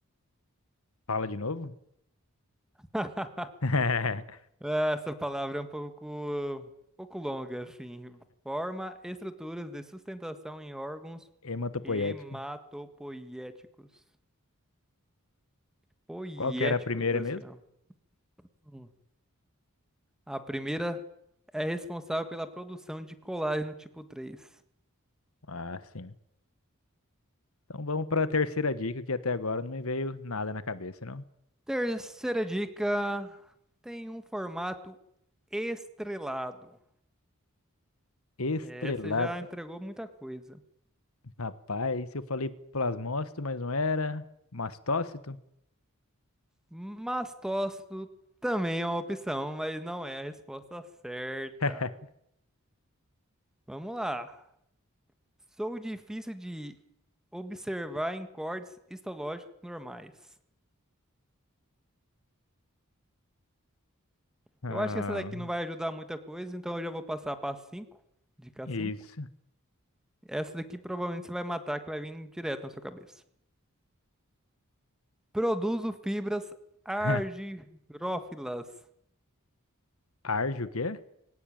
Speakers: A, on the left; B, in the centre.
A: Fala de novo?
B: <laughs>
A: <laughs>
B: Ah, Essa palavra é um pouco, um pouco longa, assim. Forma estruturas de sustentação em órgãos
A: Hematopoética.
B: hematopoiéticos. Poiéticos,
A: Qual que era a primeira
B: esse
A: mesmo?
B: não. Hum. A primeira é responsável pela produção de colágeno tipo três.
A: Ah, sim. Então vamos para a terceira dica, que até agora não me veio nada na cabeça, não.
B: Terceira dica, tem um formato estrelado.
A: Estrelado.
B: Essa já entregou muita coisa.
A: Rapaz, eu falei plasmócito, mas não era. Mastócito?
B: Mastócito também é uma opção, mas não é a resposta certa.
A: <laughs>
B: Vamos lá. Sou difícil de observar em cortes histológicos normais.
A: Ah,
B: Eu acho que essa daqui não vai ajudar muita coisa, então eu já vou passar para 5, dica
A: isso.
B: 5. Essa daqui provavelmente você vai matar, que vai vir direto na sua cabeça. Produzo fibras argirófilas.
A: <laughs> Arge o quê?